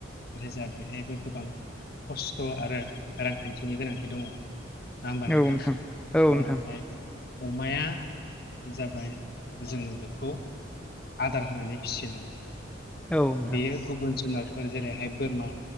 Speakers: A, on the left; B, in the centre.
A: नथाय जा बेहायबो गोबां खस्थ' आरो रांखान्थिनि गोनांथि दङ। नामबार नोंथां
B: औ नोंथां
A: जेरैहाय अमाया जाबाय जोङो बेखौ आदार होनानै फिसिनांगौ
B: औ नोंथां
A: बेयो गुबुन जुनार फोर जेरैहाय बोरमा